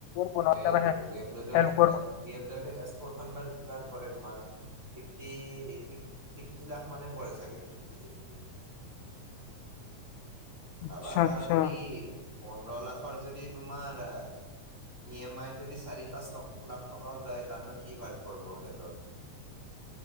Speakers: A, on the left; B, on the right.
A: বনাওঁতে
B: সেইটো
A: তাৰপৰা হে
B: বি এম ডাবলিউ
A: হেল্প কৰিব।
B: এ B M W S four খন বাৰু কিমান পৰে তোমাৰ? ফিফটি ফিফটি লাখ মানে পৰে চাগে ফিফটি চিক্সটি
A: আচ্ছা
B: ভাবা তাৰ
A: আচ্ছা
B: যদি পোন্ধৰ লাখৰ যদি তোমাৰ ই এম আই যদি চাৰি পাঁচ লাখ টকাও যায় তাৰ নো কি বাৰ পৰব সিহঁতৰ